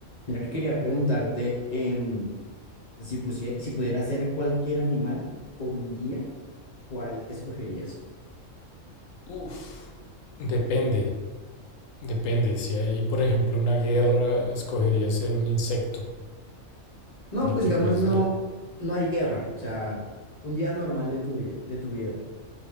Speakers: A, on the left (about 40°); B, on the left (about 75°).
A: Mira que quería preguntarte em, si pusie- si pudiera ser cualquier animal por un día, ¿cuál escogerías?
B: Uf, depende, depende. Si hay, por ejemplo, una guerra, escogería ser un insecto,
A: No,
B: porque
A: pues digamos
B: pues
A: no,
B: lo-
A: no hay guerra, o sea, un día normal de tu día, de tu vida.